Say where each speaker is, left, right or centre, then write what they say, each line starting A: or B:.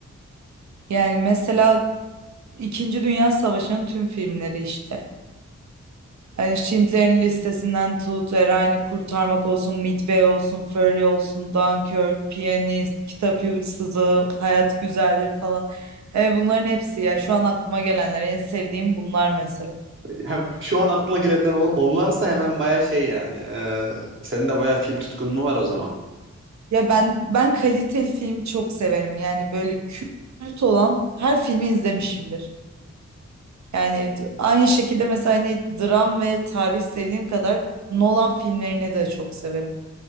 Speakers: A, on the right; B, on the right.
A: Yani mesela İkinci Dünya Savaşı'nın tüm filmleri işte. Hani Schindler'in listesinden tut, Erayn'ı kurtarmak olsun, Midway olsun, Fury olsun, Dunkirk, Piyanist, Kitap Hırsızı, Hayat Güzeldir falan. Evet, bunların hepsi ya şu an aklıma gelenler en sevdiğim bunlar mesela.
B: Ya şu an aklına gelenler on- onlarsa hemen baya şey yani. Ee, senin de baya film tutkunluğu var o zaman.
A: Ya ben ben kaliteli film çok severim. Yani böyle kült olan her filmi izlemişimdir. Yani t- aynı şekilde mesela hani dram ve tarih sevdiğim kadar Nolan filmlerini de çok severim.